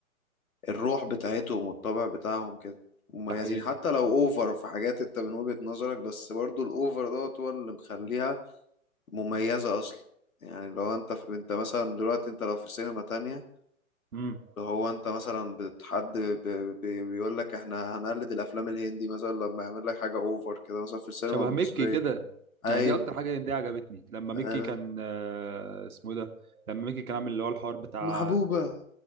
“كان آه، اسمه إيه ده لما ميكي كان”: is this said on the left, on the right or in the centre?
Right